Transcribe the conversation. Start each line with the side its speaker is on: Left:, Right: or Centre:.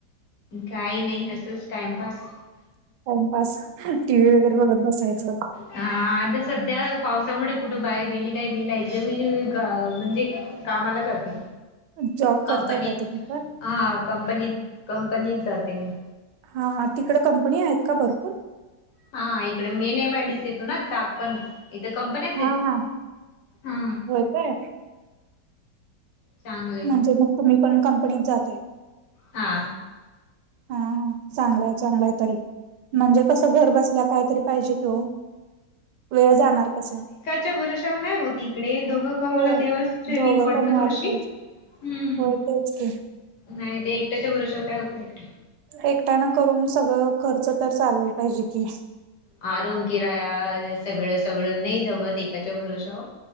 Left: काही नाही असच टाइमपास
Right: टाइमपास टी व्ही वगैरे बघत बसायचं.
Left: हा आता सध्या पावसामुळे कुठं बाहेर गेली नाही मी नाहीत मी म्हणजे कामाला जाते.
Right: जॉब
Left: कंपनीत
Right: करताय काय तुम्हीपण
Left: हा कंपनीत कंपनीत जाते मी.
Right: हा तिकडे कंपनी आहेत का भरपूर
Left: हा इकडे main M I D C येतो ना चाकण इथ कंपन्याच
Right: हा
Left: हेत
Right: हा
Left: हा
Right: होय काय
Left: चांगलंय
Right: म्हणजे मग तुम्ही पण कंपनीत जातय.
Left: हा.
Right: हा चांगलाय चांगलाय तरी म्हणजे कस घर बसल्या कायतरी पाहिजे कि हो वेळ जाणार कसा?
Left: च्या भरशवर नाही होती इकडे दोघं का मला
Right: होय
Left: तेव्हा स्विमिंग
Right: दोघं
Left: पडतं
Right: कमवायला
Left: थोडीशी
Right: पाहिजे
Left: हम्
Right: होय तेच की
Left: नाही ते एकट्याच्या भरोसा काय होत नाही इकडे
Right: एकट्याने करून सगळं खर्च तर चालेल पाहिजे कि
Left: आ रूम किराया सगळ सगळं नाही जमत एकाच्या भरोश्यावर